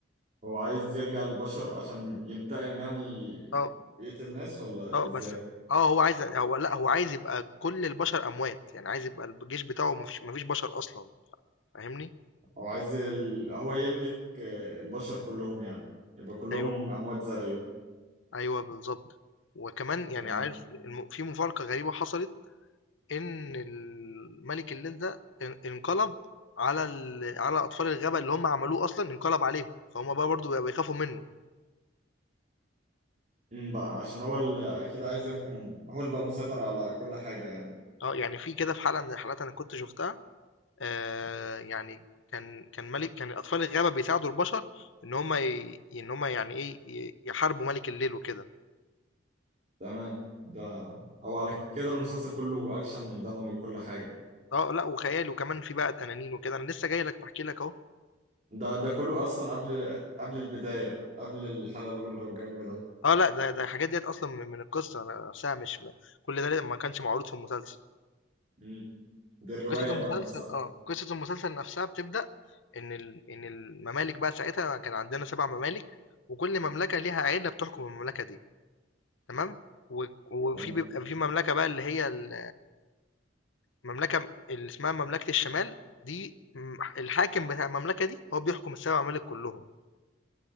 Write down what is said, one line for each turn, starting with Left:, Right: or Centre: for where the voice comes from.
Right: هو عايز يرجع للبشر عشان ينتقم يعني
Left: اه
Right: ويقتل ناس ولا
Left: اه
Right: إزاي؟
Left: بس اه هو عايز هو لا هو عايز يبقى كل البشر اموات يعني عايز يبقى الجيش بتاعه مفيش مفيش بشر اصلا فاهمني
Right: هو عايز ال... هو يملك آه، البشر كلهم يعني يبقى كلهم
Left: ايوه
Right: أموات زيه
Left: ايوه بالظبط وكمان يعني
Right: تمام
Left: عارف الم- في مفارقة غريبة حصلت إن ال مَلِك الليل ده ان انقلب على ال على أطفال الغابة اللي هُم عملوه أصلًا انقلب عليهم، فهُم بقى برضه بقوا بيخافوا منّه.
Right: أمم بقى عشان هو اللي أكيد عايز يحكم هو اللي بقى المسيطر على كل حاجة يعني
Left: آه، يعني في كده في حلقة من الحلقات أنا كنت شُفتها آآ، يعني كان كان مَلِك كان أطفال الغابة بيساعدوا البشر إن هُم ي إن هُم يعني إيه، ي يحاربوا مَلِك الليل وكده.
Right: تمام ده أو على كده المسلسل كله أكشن ودموي وكل حاجة
Left: آه، لأ وخيال وكمان في بقى تنانين وكده، أنا لسه جاي لك باحكي لك أهو.
Right: ده ده كله اصلا قبل قبل البدايه قبل الحلقه الاولى والجو ده
Left: آه لأ، ده ده الحاجات ديّة أصلًا من من القصة نفسها مش م كل ده ل ما كانش معروض في المسلسل.
Right: مم. دي الروايه
Left: قصة المسلسل
Right: بقى نفسها
Left: آه، قصة المسلسل نفسها بتبدأ إن ال إن الممالك بقى ساعتها كان عندنا 7 ممالك، وكل مملكة ليها عيلة بتحكم المملكة دي، تمام؟ و وفي
Right: تمام
Left: بيبقى في مملكة بقى اللي هي ال المملكة اللي اسمها مملكة الشمال دي م الحاكم بتاع المملكة دي هو بيحكم ال7 ممالك كلهم،